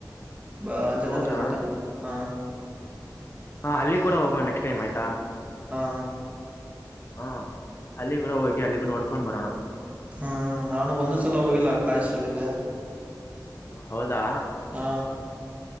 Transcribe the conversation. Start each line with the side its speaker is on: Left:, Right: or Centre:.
Right: ಬಾ ಅಂಜನಾನಾದ್ರಿ
Left: ಹೌದಾ
Right: ಬೆಟ್ಟ ಹಾ.
Left: ಹಾ ಅಲ್ಲಿ ಕೂಡ ಹೋಗೋಣ ನೆಕ್ಸ್ಟ್ ಟೈಮ್ ಆಯ್ತಾ
Right: ಹಾ
Left: ಹಾ. ಅಲ್ಲಿ ಕೂಡ ಹೋಗಿ ಅಲ್ಲಿ ನೋಡ್ಕೊಂಡ್ ಬರೋಣ.
Right: ಹ್ಮ ನಾನು ಒಂದು ಸಲ ಹೋಗಿಲ್ಲ ಆಕಾಶ್ ಅಲ್ಲಿಗೆ.
Left: ಓ ಹೌದಾ.
Right: ಹಾ